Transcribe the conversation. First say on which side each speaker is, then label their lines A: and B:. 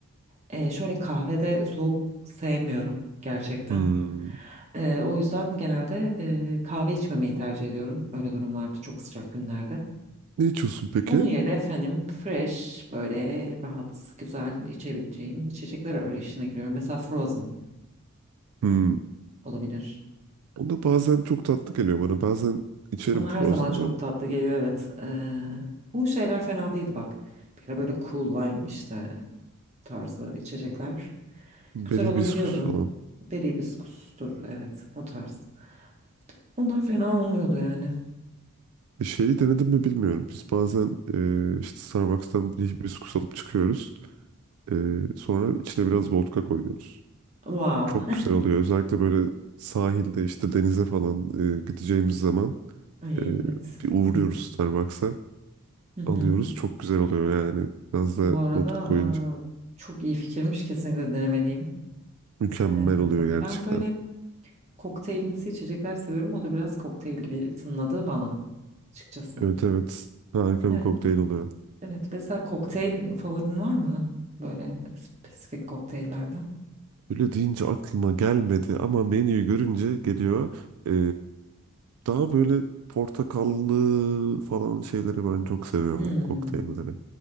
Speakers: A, on the right (about 30°); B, on the right (about 80°).
A: e, şöyle kahvede soğuk sevmiyorum gerçekten.
B: Hmm.
A: Ee, o yüzden genelde e, kahve içmemeyi tercih ediyorum. Öyle durumlarda çok sıcak günlerde.
B: Ne içiyorsun peki?
A: Onun yerine efendim fresh böyle rahat güzel içebileceğim içecekler arayışına giriyorum. Mesela Frozen
B: Hmm.
A: olabilir.
B: O da bazen çok tatlı geliyor bana. Bazen içerim
A: Bana
B: Frozen'da.
A: her zaman çok tatlı geliyor evet. Ee, bu şeyler fena değildi bak. Bir ara böyle cool lime işte tarzı içecekler.
B: Beri
A: Güzel olabiliyordu.
B: hibiskus falan.
A: Beri hibiskustur evet o tarz. Bunlar fena olmuyordu yani.
B: E, Şeyi denedim mi bilmiyorum. Biz bazen e, işte Starbucks'tan bir hibiskus alıp çıkıyoruz. E, sonra içine biraz vodka koyuyoruz.
A: Wow.
B: Çok güzel oluyor. Özellikle böyle sahilde işte denize falan e, gideceğimiz zaman
A: <laughs> Ay
B: e,
A: evet
B: bir uğruyoruz
A: evet.
B: Starbucks'a.
A: Hı hı.
B: Alıyoruz. Çok güzel oluyor yani. Biraz da
A: Bu arada
B: vodka koyunca
A: e, çok iyi fikirmiş kesinlikle denemeliyim.
B: mükemmel
A: Ee,
B: oluyor gerçekten.
A: ben böyle kokteylimsi içecekler seviyorum. O da biraz kokteyl gibi tınladı bana açıkçası.
B: Evet evet. Harika
A: Evet.
B: bir kokteyl oluyor.
A: Evet, mesela kokteyl favorin var mı? Böyle spesifik kokteyllerden.
B: Böyle deyince aklıma gelmedi ama menüyü görünce geliyor. Ee, daha böyle portakallı falan şeyleri ben çok seviyorum
A: Hmm,
B: kokteylleri.